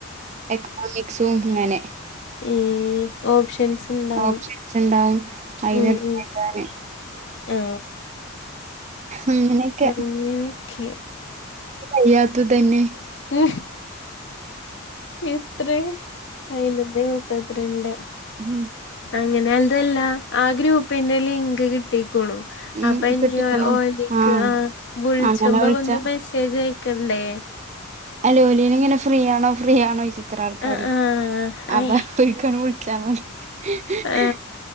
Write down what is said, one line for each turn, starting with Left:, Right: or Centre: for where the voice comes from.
Right: എക്കണോമിക്സും അങ്ങനെ
Left: ഏ ഓപ്ഷൻസ് ഉണ്ടാവും
Right: ഓപ്ഷൻസ് ഉണ്ടാവും. അയിനെഴുതാന്
Left: ഉ ഉ ആ
Right: അങ്ങനെക്കെ
Left: അങ്ങനെയൊക്കെ
Right: അയ്യാത്ത തന്നെ
Left: ഉ ഇത്ര അയില മുപ്പത്തിരണ്ട്
Right: ഉം
Left: അങ്ങനെ അതല്ല ആ ഗ്രൂപ്പിന്റെ ലിങ്ക് കിട്ടി ണ
Right: ഉം
Left: അപ്പൊ ഇനി
Right: കിട്ടിക്കണോ
Left: ഓലിക്ക്
Right: ആഹ്
Left: ആ വിളിച്ച്പോ
Right: അങ്ങനെ വിളിച്ച
Left: വന്ന് മെസ്സേജ് ആയക്ക് ണ്ടേ
Right: അലോലീൻ ഇങ്ങനെ ഫ്രീ ആണോ ഫ്രീ ആണോ എത്ര ആൾക്കാര്
Left: ആ ആ
Right: അപ്പ
Left: അയ്,
Right: ഒരിക്കല വിളിച്ചാൽ മതി ഹി ഹി
Left: ആ
Right: ഹി